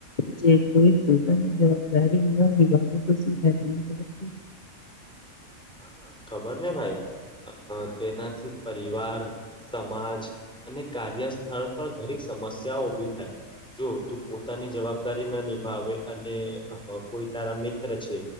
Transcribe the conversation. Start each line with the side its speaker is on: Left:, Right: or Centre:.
Left: જે કોઈતાની જવાબદારી ન નિભાવે તો શું. <unintelligible>
Centre: હા ખબર ને ભાઈ. અ તેનાથી પરિવાર સમાજ અને કાર્યસ્થળ પર ઘડી સમસ્યા ઉભી થાય. જો તું પોતાની જવાબદારી ના નિભાવે અને કોઈ તારા મિત્ર છે.